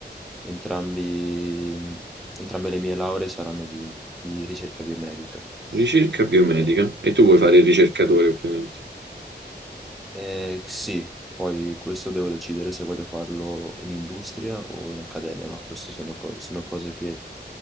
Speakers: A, in the centre; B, on the right.
A: entrambi, entrambe le mie lauree saranno di, di ricerca biomedica.
B: Ricerca biomedica.
A: E
B: E tu vuoi fare il ricercatore, ovviamente.
A: Eh, sì, poi questo devo decidere se voglio farlo in industria o in accademia, ma queste sono, co- sono cose che